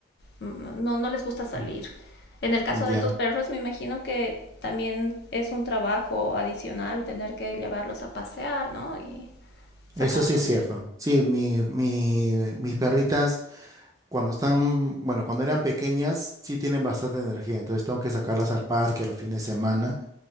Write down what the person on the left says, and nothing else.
mm, no, no les gusta salir.
En el caso de
tus perros, me imagino que también es un trabajo adicional tener que llevarlos a pasear, ¿no? Y sacarlos.